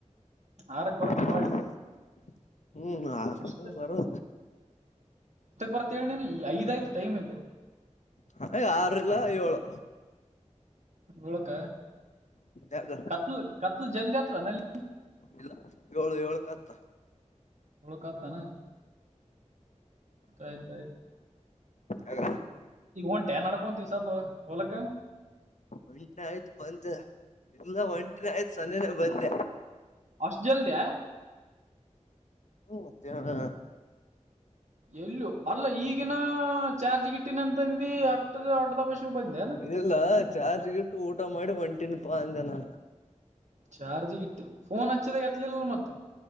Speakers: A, on the right; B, on the left.
A: ಆರಕ್
B: <unintelligible>
A: ಬರ್ತೇನೆ ಹೊಳ್ಳಿ
B: ಹ್ಮ್.
A: ಎಷ್ಟ
B: ಹ ಬರು
A: ತಿಳಿದದ್ದೇನೆ ಈ ಐದ್ತ ೈಮ ಇಗ.
B: ಹ ಆರುಲ್ಲ ಏಳು.
A: ಹೋಳಕ
B: ಯಾಗ
A: ಕತ್ಲು ಕತ್ಲು ಜಲ್ದಿ ಆತದ ನಲ್ಲಿ.
B: ಇಲ್ಲ ಏಳು ಏಳ್ ಕತ್ತ.
A: ಉಳಕ ಆಯ್ತಾನ ಆಯ್ತಾಯ್ತು
B: ಆಗ
A: ಈಗ ಹೊಂಟ ಏನ್ ನಡ್ಕೊಂತೀ. ಒಲಕ್ಕ.
B: ಒಂಟಿನ ಆಯ್ತು ಬಂದ ಎಲ್ಲ ಒಂಟ್ರ ಆಯ್ತು. ಸಂಜೆ ಬಂದೆ.
A: ಅಷ್ಟ ಜಲ್ದಿಯ.
B: ಮತ್ತ ಹ.
A: ಎಲ್ಲೂ ಅಲ್ಲ ಈಗಿನ ಚಾರ್ಜ್ಗಿಟ್ಟಿನಂತ. ಬ ಅ ಅದ ಬಷು ಬಂದ.
B: ಇಲ್ಲ ಚಾರ್ಜ್ಗಿಟ್ಟು ಊಟ ಮಾಡಿ ಒಂಟಿನ ಪ ಅಂದೆ ನಾನ.
A: ಚಾರ್ಜ್ ಇಟ್ಟು ಫೋನ್ ಹಚ್ಚಿದ ಎತ್ತಲಿಲ್ಲ ಮತ್ತೆ.